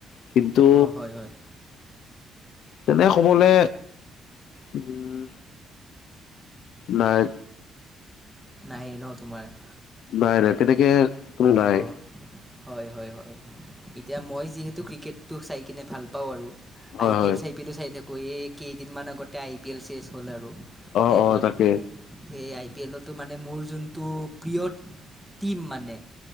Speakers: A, on the left; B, in the centre.
A: কিন্তু
B: অ হয় হয়
A: তেনে কবলে উম নাই
B: নাই ন তোমাৰ
A: নাই নাই তেনেকে কোনো নাই।
B: অ' হয় হয় হয় এতিয়া মই যিহেতু ক্ৰিকেটটো চাই কিনে ভাল পাওঁ আৰু
A: হয়
B: আই
A: হয়
B: পি এল চাই পি এল চাই থাকো এই কেইদিনমান আগতে আই পি এল চেচ হ'ল আৰু
A: অ
B: শেষ
A: অ
B: হ'ল
A: তাকে
B: সেই আই পি এলত তো মানে মোৰ যোনটো প্ৰিয় টীম মানে